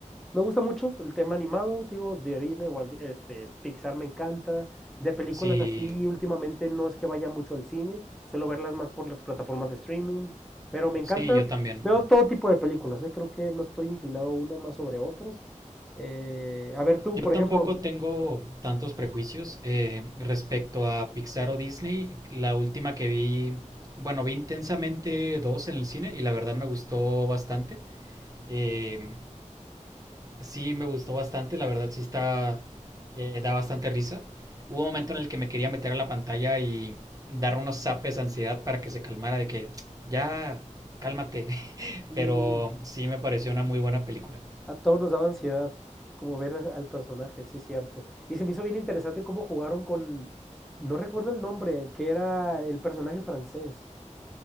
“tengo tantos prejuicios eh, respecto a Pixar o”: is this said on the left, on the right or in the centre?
Right